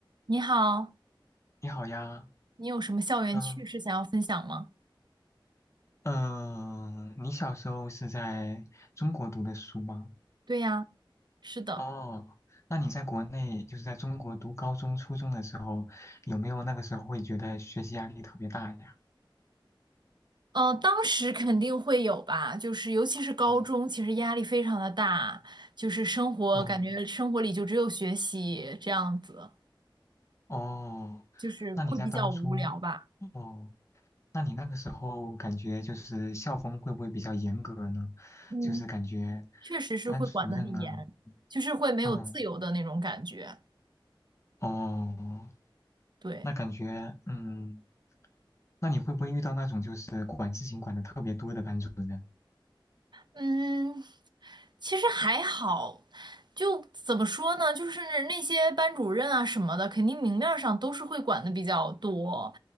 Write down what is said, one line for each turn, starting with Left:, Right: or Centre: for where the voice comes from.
Right: 你好，
Left: 你好呀，
Right: 你有什么校园趣事想要分享吗？
Left: 嗯嗯，你小时候是在中国读的书吗？
Right: 对呀，是的，
Left: 哦，那你在国内，就是在中国读高中、初中的时候，有没有那个时候会觉得学习压力特别大呀？
Right: 呃，当时肯定会有吧，就是尤其是高中，
Left: 哦
Right: 其实压力非常的大，就是生活感觉生活里就只有学习这样子，
Left: 哦哦，
Right: 就是会比较无聊吧。
Left: 那你在当初，哦，那你那个时候感觉就是校风会不会比较严格呢？
Right: 嗯，
Left: 就是感觉
Right: 确实是会管得很严，
Left: 班主任啊，
Right: 就是会没有自由的那种感觉。
Left: 嗯哦，
Right: 对。
Left: 那感觉嗯。那你会不会遇到那种就是管事情管的特别多的班主任？
Right: 嗯，其实还好，就怎么说呢，就是那些班主任啊什么的，肯定明面儿上都是会管的比较多，